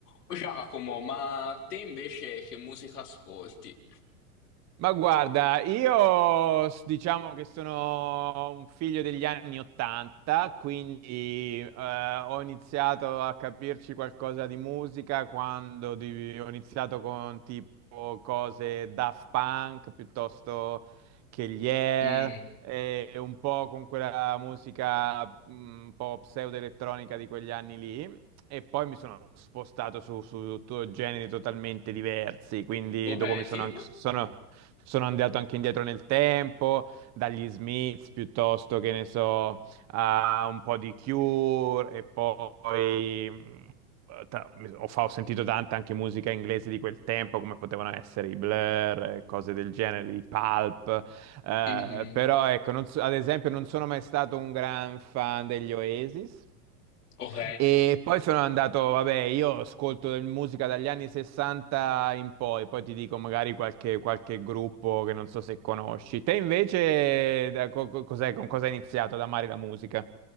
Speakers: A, on the left; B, on the right.
A: Giacomo, ma te invece che musica ascolti?
B: Ma guarda, io s- diciamo che sono un figlio degli anni 80, quindi eh, ho iniziato a capirci qualcosa di musica quando di- ho iniziato con tipo cose Daft Punk piuttosto che gli Air,
A: Mm,
B: e un po' con quella musica mh, un po' pseudo-elettronica di quegli anni lì. E poi mi sono spostato su, su to- generi totalmente diversi, quindi
A: ok,
B: dopo mi sono,
A: tipo?
B: anche- sono, sono andato anche indietro nel tempo, dagli Smiths piuttosto che ne so, a un po' di Cure e poi mh, ta- mi- so, ho, fa- ho sentito tanta anche musica inglese di quel tempo, come potevano essere i Blur, eh, cose del genere, i Pulp, eh,
A: Mhm,
B: però ecco, non so- ad esempio non sono mai stato un gran fan degli Oasis.
A: Ok.
B: E poi sono andato, vabbè, io ascolto del- musica dagli anni 60 in poi, poi ti dico magari qualche, qualche gruppo che non so se conosci. Te invece, da co- co- cos'è- con cosa hai iniziato ad amare la musica?